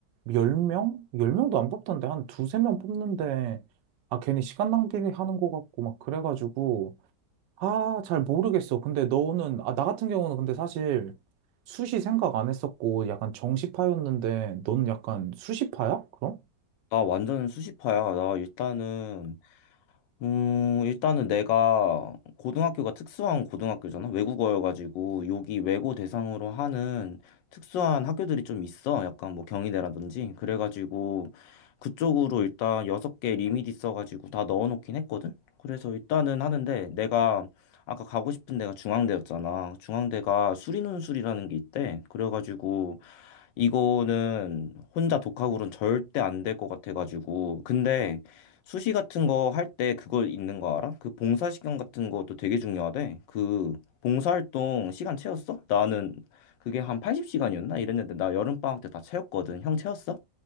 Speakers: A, on the right (about 80°); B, on the left (about 85°).
A: 열명열명도안 뽑던데, 한 두세 명 뽑는데, 아, 괜히 시간 낭비하는 것 같고, 막 그래가지고, 아, 잘 모르겠어. 근데 너는, 아, 나 같은 경우는 근데 사실 수시 생각 안 했었고, 약간 정시파였는데, 넌 약간 수시파야? 그럼?
B: 나 완전 수시파야. 나 일단은 음, 일단은 내가 고등학교가 특수한 고등학교잖아. 외국어여가지고 여기 외고 대상으로 하는 특수한 학교들이 좀 있어. 약간 뭐 경희대라든지. 그래가지고 그쪽으로 일단 여섯 개 리밋 있어가지고 다 넣어놓긴 했거든. 그래서 일단은 하는데 내가 아까 가고 싶은 데가 중앙대였잖아. 중앙대가 수리논술이라는 게 있대. 그래가지고 이거는 혼자 독학으로는 절대 안 될 것 같아가지고. 근데 수시 같은 거 할 때 그거 있는 거 알아? 그 봉사 시간 같은 것도 되게 중요하대. 그 봉사활동 시간 채웠어? 나는 그게 한 80시간이었나? 이랬는데 나 여름방학 때 다 채웠거든. 형 채웠어?